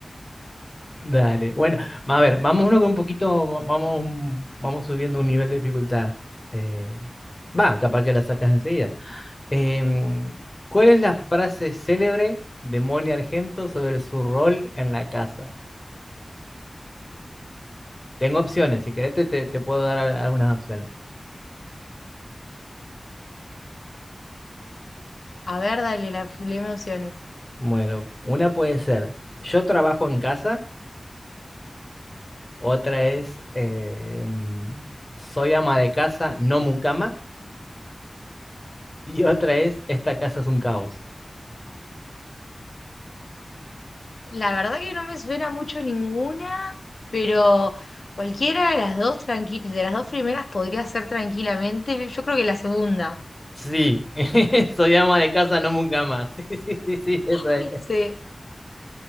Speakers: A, on the left; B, on the left.
A: Dale. Bueno, a ver, vamos uno con un poquito, vamos, un- vamos subiendo un nivel de dificultad. Eh, va, capaz que la sacas enseguida. Em, ¿cuál es la frase célebre de Moni Argento sobre su rol en la casa? Tengo opciones, si querés te, te te puedo dar a- algunas opciones.
B: A ver, dale, la, dame opciones.
A: Bueno, una puede ser, yo trabajo en casa. Otra es eh, mm, Soy ama de casa, no mucama. Y otra es Esta casa es un caos.
B: La verdad que no me suena mucho ninguna, pero cualquiera de las dos tranqui- de las dos primeras podría ser tranquilamente. Yo creo que la segunda.
A: Sí, <laughs> soy ama de casa, no mucama. <laughs> Sí, sí, sí, sí, esa
B: Ay,
A: es.
B: Sí.